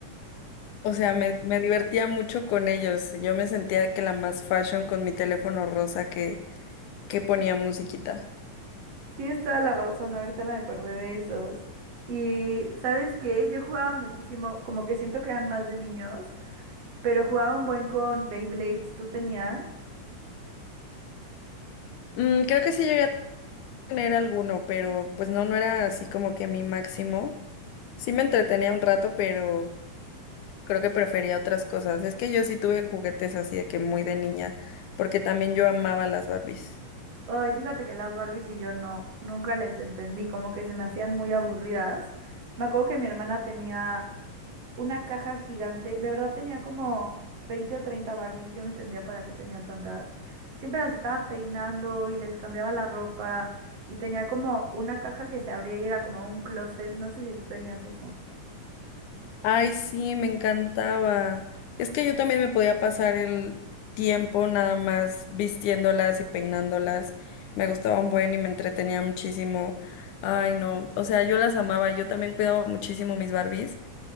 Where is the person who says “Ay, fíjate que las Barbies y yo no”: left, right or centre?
Right